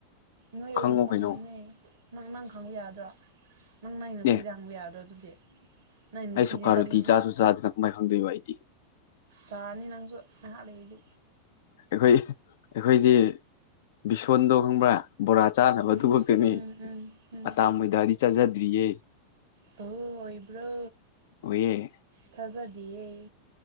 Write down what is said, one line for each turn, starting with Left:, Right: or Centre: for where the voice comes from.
Right: ꯅꯣꯏ ꯑꯣꯏꯅ
Left: ꯈꯪꯉꯨ
Right: ꯈꯪꯕꯅꯦ
Left: ꯀꯩꯅꯣ
Right: ꯅꯪ ꯅꯪ ꯈꯪꯕ ꯌꯥꯗ꯭ꯔꯣ ꯅꯪ ꯅꯪꯒꯤ ꯅꯨꯄꯤꯗ
Left: ꯑꯦ
Right: ꯍꯪꯕ ꯌꯥꯒꯗ꯭ꯔꯣ ꯑꯗꯨꯗꯤ ꯅꯪ ꯅꯨꯄꯤꯅꯦ
Left: ꯑꯩ ꯁꯨꯀꯥꯔꯨꯇꯤ
Right: ꯄꯥꯂꯤ
Left: ꯆꯥꯁꯨ ꯆꯥꯗꯅ ꯀꯃꯥꯏ ꯈꯪꯗꯣꯏꯕ ꯑꯩꯗꯤ
Right: ꯆꯥꯔꯅꯤ ꯅꯪꯁꯨ ꯉꯥꯏꯍꯥꯛ ꯂꯩꯗꯤ
Left: ꯑꯩꯈꯣꯏ ꯑꯩꯈꯣꯏꯗꯤ ꯁꯣꯟꯗꯣ ꯈꯪꯕ꯭ꯔꯥ ꯕꯣꯔꯥ ꯆꯥꯅꯕ
Right: ꯎꯝ
Left: ꯊꯂꯛꯀꯅꯤ
Right: ꯎꯝ ꯎꯝ ꯎꯝ
Left: ꯑꯇꯥ ꯃꯣꯏꯗꯗꯤ ꯆꯥꯖꯗ꯭ꯔꯤꯌꯦ
Right: ꯍ ꯍꯣꯏꯕ꯭ꯔꯣ
Left: ꯑꯣꯏꯌꯦꯦ
Right: ꯊꯥꯖꯗꯤꯌꯦꯦ